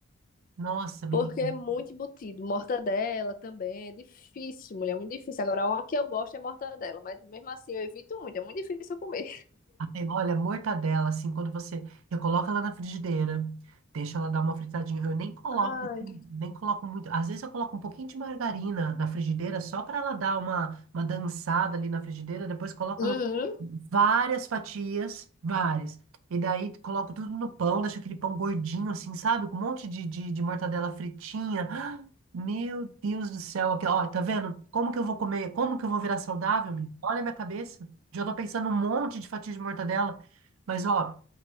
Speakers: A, on the right; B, on the left.
A: Nossa, menina.
B: Porque é muito embutido. Mortadela também é difícil, mulher, é muito difícil. Agora, uma que eu gosto é mortadela, mas mesmo assim eu evito muito, é muito difícil eu comer.
A: Ai, olha, mortadela, assim, quando você. Eu coloco ela na frigideira, deixo ela dar uma fritadinha. Eu nem coloco,
B: Ai,
A: assim, nem coloco muito. Às vezes eu coloco um pouquinho de margarina na frigideira, só para ela dar uma, uma dançada ali na frigideira. Depois coloco
B: Uhum.
A: no- várias fatias, várias. E daí coloco tudo no pão, deixo aquele pão gordinho, assim, sabe? Com um monte de, de, de mortadela fritinha. Ah, Meu Deus do céu, aqui, ó, tá vendo? Como que eu vou comer? Como que eu vou virar saudável? menino? Olha a minha cabeça. Já tô pensando um monte de fatia de mortadela. Mas, ó,